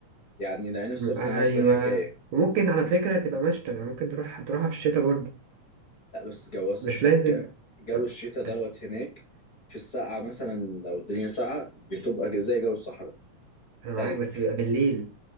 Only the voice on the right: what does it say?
ايوه
وممكن على فكره تبقى مشتى يعني ممكن تروح هتروحها في الشتاء برضه
مش لازم
بس
انا
معاك بس بيبقى بالليل